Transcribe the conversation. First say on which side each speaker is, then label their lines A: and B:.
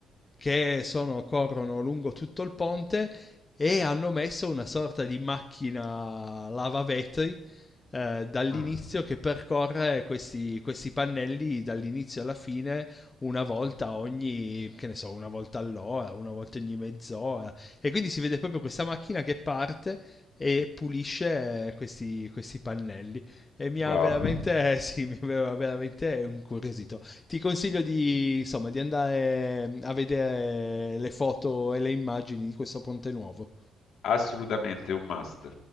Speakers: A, on the left (about 30°); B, on the left (about 75°).
A: che sono- corrono lungo tutto il ponte e hanno messo una sorta di macchina lavavetri eh, dall'inizio
B: Ah,
A: che percorre questi, questi pannelli dall'inizio alla fine una volta ogni, che ne so, una volta all'ora, una volta ogni mezz'ora. E quindi si vede proprio questa macchina che parte e pulisce eh, questi, questi pannelli. E mi ha
B: Wow,
A: veramente, <laughs> sì, mi aveva veramente incuriosito ti consiglio di, insomma, di andare a vedere le foto e le immagini di questo ponte nuovo.
B: assolutamente un must.